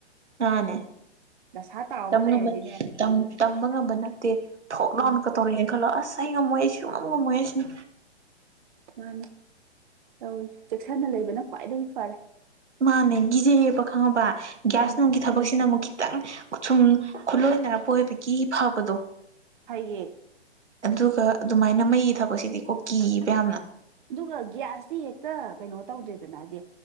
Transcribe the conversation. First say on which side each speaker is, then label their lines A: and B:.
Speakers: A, on the right; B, on the right.
A: ꯃꯥꯅꯦ
B: ꯗꯁꯥ ꯇꯥꯎꯕ
A: ꯇꯝ
B: ꯂꯩꯔꯗꯤꯅꯦ
A: ꯉꯝꯕ ꯇꯝ ꯇꯝꯕ ꯉꯝꯕ ꯅꯠꯇꯦ ꯐꯣꯛ
B: ꯎꯝ
A: ꯂꯥꯎꯅꯀ ꯇꯧꯔꯛꯑꯦꯅ ꯈꯜꯂꯣ ꯑꯁ ꯑꯩ ꯉꯝꯃꯣꯏ ꯑꯩ ꯁꯨꯉꯝꯉꯝꯃꯣꯏ ꯍꯥꯏꯁꯤꯅꯤ
B: ꯃꯥꯅꯤ ꯇꯧꯔꯤꯖꯦ ꯆꯦꯛꯁꯤꯟꯅ ꯂꯩꯕꯅ ꯈ꯭ꯋꯥꯏꯗꯒꯤ ꯐꯔꯦ
A: ꯃꯥꯅꯦ ꯒꯤꯖꯩꯌꯦꯕ ꯈꯪꯉꯕ ꯒ꯭ꯌꯥꯁ
B: ꯎꯝ
A: ꯅꯨꯡꯒꯤ ꯊꯕꯛꯁꯤꯅ ꯑꯃꯨꯛ ꯈꯤꯇꯪꯁꯨꯝ ꯈꯨꯂꯣꯏꯅꯔꯄ ꯑꯣꯏꯕꯒꯤ ꯐꯕꯗꯣ
B: ꯐꯩꯌꯦ
A: ꯑꯗꯨꯒ ꯑꯗꯨꯃꯥꯏꯅ ꯃꯩꯒꯤ ꯊꯕꯛꯁꯤꯗꯤꯀꯣ ꯀꯤꯕ ꯌꯥꯝꯅ
B: ꯑꯗꯨꯒ ꯒ꯭ꯌꯥꯁꯇꯤ ꯍꯦꯛꯇ ꯀꯩꯅꯣ ꯇꯧꯗꯦꯗꯅ ꯍꯥꯏꯗꯤ